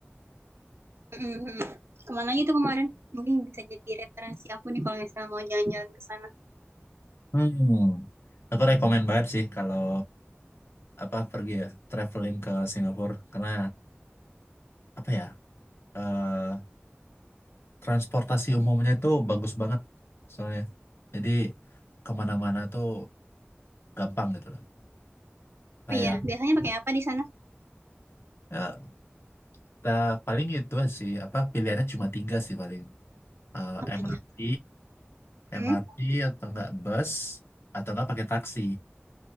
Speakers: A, on the right (about 70°); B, on the left (about 65°).
A: mm, mm, mm. Kemana aja tuh kemarin? Mungkin bisa jadi referensi aku nih kalau misalnya mau jalan-jalan ke sana.
B: Hmm. Aku rekomen banget sih kalau apa pergi ya, traveling ke Singapura. Karena apa ya, eh, transportasi umumnya itu bagus banget soalnya. Jadi kemana-mana tuh gampang gitu loh. Kayak
A: Oh ya, biasanya pakai apa di sana?
B: ya, kita paling itu sih, apa pilihannya cuma tiga sih paling. Eh,
A: Apa
B: MRT,
A: aja? Hmm?
B: MRT atau enggak bus atau enggak pakai taksi.